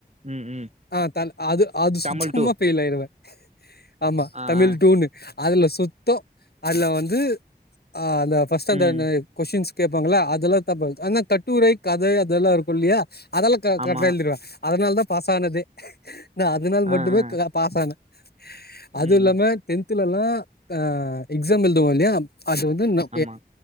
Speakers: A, on the right (about 40°); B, on the left (about 70°).
A: ம் ம்
B: ஆ த அது அது
A: தமிழ்
B: சுத்தமா
A: டூ
B: பெயில் ஆயிருவே ஆமா
A: ஆ
B: தமிழ்
A: ஆ
B: டூனு அதுல சுத்தோ அதுல வந்து ஆ அந்த பர்ஸ்ட்டந்தனெ
A: ம்
B: கொஷின்ஸ் கேப்பாங்களா அதல்லா தப்பு ஆனா கட்டுரை கதை அதல்லா இருக்குல்லியா அதல்லா க
A: ஆமா
B: கர்ட்டா எழ்திருவ அதனால தா பாசானதே நா அதனால்
A: ஆ
B: மட்டுமே
A: ஆ
B: கா பாஸ் ஆன அதுவுல்லாம
A: ம்
B: டென்தலல்லா ஆ எக்ஸாம் எழ்துவோல்லையா அது வந்து ன்னு
A: ஆமா